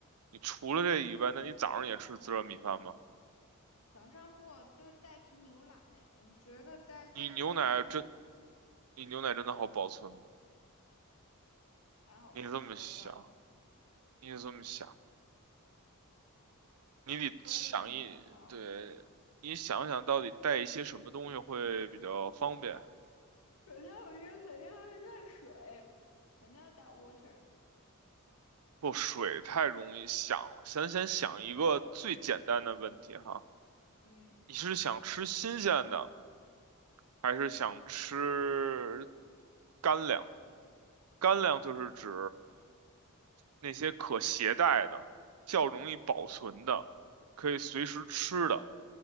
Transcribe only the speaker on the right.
你除了这以外，那你早上也吃自热米饭吗？
你牛奶真，你牛奶真的好保存吗？
你这么想，
你得这么想，你得想一，
对，你想想到底带一些什么东西会比较方便？
不，水太容易想了，先先想一个最简单的问题哈，
你是想吃新鲜的，还是想吃干粮？干粮就是指那些可携带的、较容易保存的、可以随时吃的。